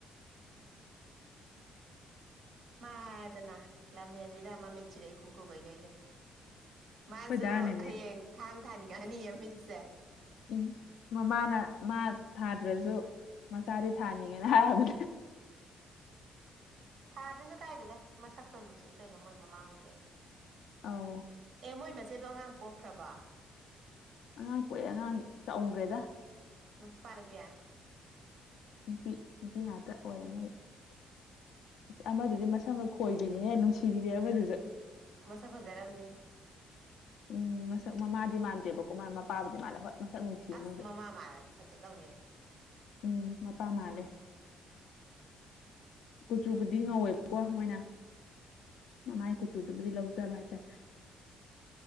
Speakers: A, on the right; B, on the left.
A: ꯃꯥ ꯍꯥꯏꯔꯗꯅ ꯂꯝꯍꯦꯟꯕꯤꯗ ꯃꯥꯃꯠꯁꯤꯗ ꯢꯈꯨ ꯈꯨꯒꯩ <unintelligible>
B: ꯑꯩꯈꯣꯏꯗꯥꯅꯅꯦ
A: ꯃꯥꯖꯨ ꯍꯌꯦꯡ ꯊꯥꯡ ꯊꯥꯅꯤꯡꯉꯑꯅꯤꯌꯦ ꯃꯤꯠꯁꯦ
B: ꯎꯝ ꯃꯃꯥꯅ ꯃꯥ ꯊꯥꯗ꯭ꯔꯁꯨ ꯃꯆꯥꯗꯤ ꯊꯥꯅꯤꯡꯉꯦꯅ ꯍꯥꯏꯕꯅꯤ
A: ꯊꯥꯗꯔꯥꯖꯨ ꯀꯥꯏꯗꯦꯗ ꯃꯁꯛꯇꯣ ꯅꯨꯡꯁꯤ ꯀꯩꯅꯣ ꯃꯣꯏ ꯃꯃꯥ ꯍꯣꯏꯗꯤ
B: ꯑꯥꯎ
A: ꯑꯦ ꯃꯣꯏ ꯃꯆꯦꯗꯣ ꯑꯉꯥꯡ ꯄꯣꯛꯈ꯭ꯔꯕ
B: ꯑꯉꯥꯡ ꯄꯣꯛꯑꯦ ꯑꯉꯥꯡ ꯆꯥꯑꯨꯝꯒ꯭ꯔꯦꯗ
A: ꯅꯨꯄꯥ ꯅꯨꯄꯤ
B: ꯅꯨꯄꯤ ꯅꯨꯄꯤ ꯉꯥꯛꯇ ꯑꯣꯏꯔꯃꯦ
A: ꯎꯝ
B: ꯑꯃꯗꯨꯗꯤ ꯃꯁꯝꯒ ꯈꯣꯏꯕꯤꯅꯤꯍꯦ ꯅꯨꯡꯁꯤꯕꯤꯅꯦ ꯑꯃꯗꯨꯁꯨ
A: ꯃꯁꯛ ꯐꯖꯔꯝꯅꯤ
B: ꯎꯝ ꯃꯁꯛ ꯃꯃꯥꯗꯤ ꯃꯥꯟꯗꯦꯕꯀꯣ ꯃꯄꯥꯕꯨꯗꯤ ꯃꯥꯜꯂꯦ ꯍꯣꯏ ꯃꯁꯛ
A: ꯑꯁ
B: ꯃꯣꯏꯁꯨ
A: ꯃꯃꯥ ꯃꯥꯜꯂꯗꯤ ꯐꯖꯗꯧꯅꯦ
B: ꯎꯝ ꯃꯄꯥ ꯃꯥꯜꯂꯦ ꯀꯨꯆꯨꯕꯨꯗꯤ ꯉꯧꯋꯦꯕꯀꯣ ꯃꯣꯏꯅ ꯃꯃꯥꯏ ꯀꯨꯆꯨꯗꯨꯕꯨꯗꯤ ꯂꯧꯖꯕ ꯍꯥꯏꯇꯥꯔꯦ